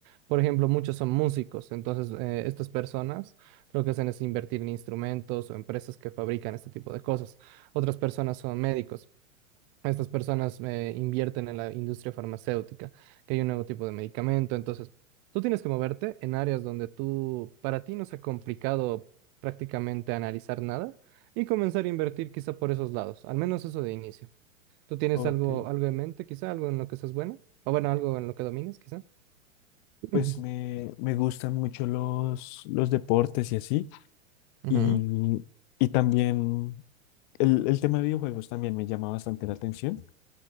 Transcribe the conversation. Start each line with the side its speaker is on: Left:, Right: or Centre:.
Right: Por ejemplo, muchos son músicos, entonces eh, estas personas lo que hacen es invertir en instrumentos o empresas que fabrican este tipo de cosas. Otras personas son médicos. Estas personas eh, invierten en la industria farmacéutica, que hay un nuevo tipo de medicamento. Entonces, tú tienes que moverte en áreas donde tú, para ti no sea complicado prácticamente analizar nada y comenzar a invertir quizá por esos lados, al menos eso de inicio. ¿Tú tienes
Left: ok.
Right: algo, algo en mente, quizá? ¿Algo en lo que seas bueno? O bueno, algo en lo que domines, quizá. <laughs>
Left: Pues me, me gustan mucho los, los deportes y así.
Right: Ujú.
Left: Y, y también El, el tema de videojuegos también me llama bastante la atención,